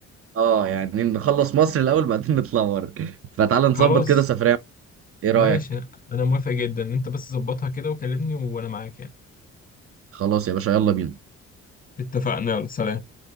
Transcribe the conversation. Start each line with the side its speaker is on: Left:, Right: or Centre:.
Right: أه يعني نخلص مصر الأول بعدين نطلع بره فتعالى نظبط
Left: خلاص
Right: كده سفرية إيه رأيك؟
Left: ماشي أنا موافق جدا أنت بس ظبطها كده وكلمني وأنا معاك يعني
Right: خلاص يا باشا يلا بينا
Left: اتفقنا يلا سلام